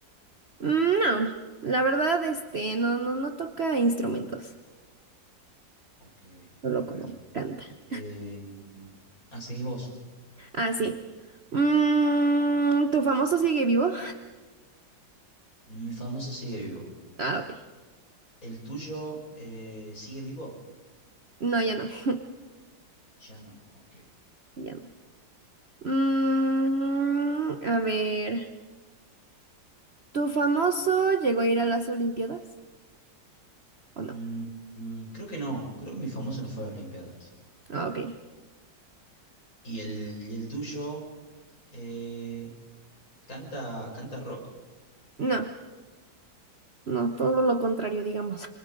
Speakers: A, on the right; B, on the left.
A: Mm, No, la verdad, este, no, no, no toca instrumentos.
B: Ok,
A: Solo
B: a ver.
A: como canta.
B: Eh, ah, seguís vos.
A: Ah, sí. Mm, ¿tu famoso sigue vivo?
B: Mi famoso sigue vivo.
A: Ah, ok.
B: ¿El tuyo eh, sigue vivo?
A: No, ya no. <laughs>
B: Ya no, ok.
A: Ya no. Mm, a ver. ¿Tu famoso llegó a ir a las Olimpiadas? ¿O no?
B: Mm, mm, creo que no. Creo que mi famoso no fue a las Olimpiadas.
A: Ah, ok.
B: ¿Y el, y el tuyo eh, canta, canta rock?
A: No, no,
B: Ok.
A: todo lo contrario, digamos.